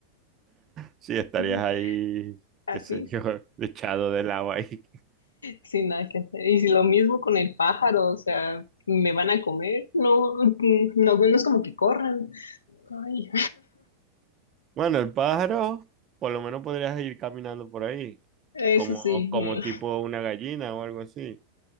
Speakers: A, on the right (about 30°); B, on the left (about 75°).
A: Sí, estarías
B: <laughs>
A: ahí, qué
B: Así,
A: sé yo, echado del agua ahí.
B: sin nada que hacer. Y si lo mismo con el pájaro, o sea, me van a comer, no, <laughs> no, no es como que corran. Ay,
A: Bueno, el pájaro, por lo menos podrías ir caminando por ahí,
B: eso
A: como,
B: sí,
A: como
B: mm.
A: tipo una gallina o algo así.